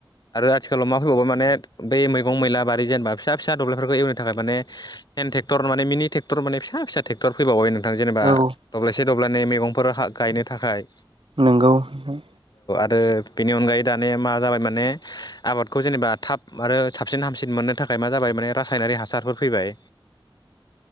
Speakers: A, on the left (about 50°); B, on the right (about 85°).
A: आरो आथिखालाव मा फैबावबाय माने बै मैगं-मैला बारि जेनेबा फिसा-फिसा दब्लायफोरखौ एवनो थाखाय माने हन्द टेक्टर माने मि नि टेक्टर माने फिस-फिसा टेकटर फैबावबाय नों थां जेनेबा
B: औ
A: दब्लायसे-दब्लायनै मैगंफोर गायनो थाखाय
B: नोंंगौ नोंथां।
A: ओ बेनि अनगायै दानिया मा जाबाय माने आबादखौ जेनेबा थाब आरो साबसिन हामसिन मोननो था खाय मा जाबाय माने रासायनारि हासारफोर फैबाय